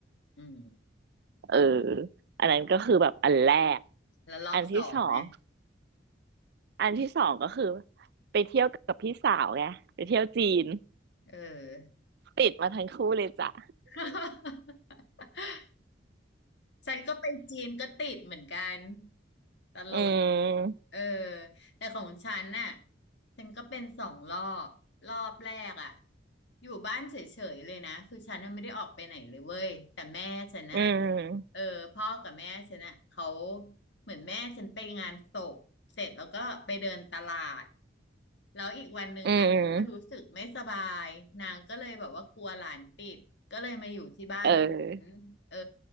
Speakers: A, on the left (about 65°); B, on the right (about 60°).
A: อืม
B: เอออันนั้นก็คือแบบอันแรก
A: แล้วรอบสองไง
B: อันที่สองอันที่สองก็คือไปเที่ยวกับพี่สาวไงไปเที่ยวจีน
A: เออ
B: ติดมาทั้งคู่เลยจ้ะ
A: <laughs> ฉันก็ไปจีนก็ติดเหมือนกันตลก
B: อืม
A: เออแต่ของฉันน่ะฉันก็เป็นสองรอบรอบแรกอ่ะอยู่บ้านเฉยๆเลยนะคือฉันน่ะไม่ได้ออกไปไหนเลยเว้ยแต่แม่ฉันน่ะ
B: อืม
A: เออพ่อกับแม่ฉันน่ะเขาเหมือนแม่ฉันไปงานศพเสร็จแล้วก็ไปเดินตลาดแล้วอีกวันหนึ่งนางก็รู้สึกไม่สบายนางก็เลยแบบว่ากลัวหลานติดก็เลยมาอยู่ที่บ้านฉันเออ
B: อืมเออ